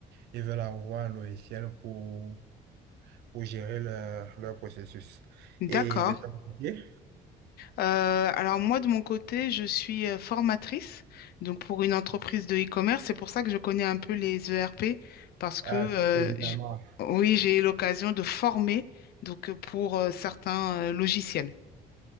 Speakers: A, on the right; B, on the left.
A: ils veulent avoir un logiciel pour, pour gérer leur, leur processus. Et
B: D'accord.
A: de ton côté,
B: Euh, alors moi, de mon côté, je suis euh, formatrice, donc pour une entreprise de e-commerce. C'est pour ça que je connais un peu les ERP, parce que
A: ah,
B: euh,
A: évidemment,
B: j- oui, j'ai eu l'occasion de former donc euh, pour euh, certains euh, logiciels.